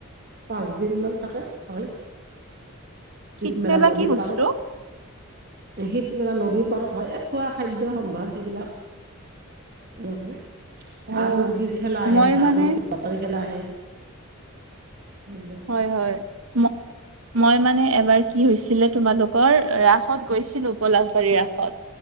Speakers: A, on the right; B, on the right.
A: পাঁচদিন মান থাকে হয়
B: শীত
A: ইদমেলা
B: মেলা
A: নদীৰ
B: কি বস্তু
A: পাৰত। শীত মেলা নদীৰ পাৰত হয় এ খোৱা খাদ্য সম্ভাৰ সেইবিলাক। এক
B: অ'
A: হাঁহ মুৰ্গীৰ খেলা আহে
B: মই
A: হাঁহ
B: মানে
A: মুৰ্গীৰ পটাৰী খেলা আহে। সেইবিলাক
B: হয় হয় ম মই মানে এবাৰ কি হৈছিলে তোমালোকৰ ৰাসত গৈছিলো গলাশবাৰী ৰাসত।